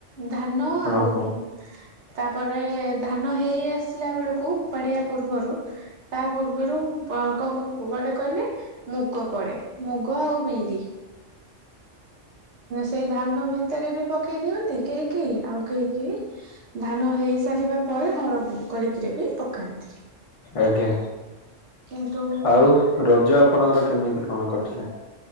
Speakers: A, on the right; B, on the left.
A: ଧାନ
B: ହଁ
A: ଆଉ
B: ହଁ।
A: ତାପରେ ଧାନ ହେଇ ଆସିଲା ବେଳକୁ ଉପାଡିଆ ପୂର୍ବରୁ ତା ପୂର୍ବରୁ ଡେ କହିଲେ ମୁଗ ପଡେ ମୁଗ ଆଉ ବିରି ସେଇ ଧାନ ଭିତରେ ବି ପକେଇ ଦିଅନ୍ତି କେହି କେହି ଆଉ କେହି କେହି ଧାନ ହେଇ ସା ସାରିବା ପରେ ହଳ କରିକିରି ବି ପକାନ୍ତି
B: ଆଜ୍ଞା
A: କିନ୍ତୁ
B: ଆଉ ରଜ ଆପଣଙ୍କର କେମିତି କଣ କଟିଲା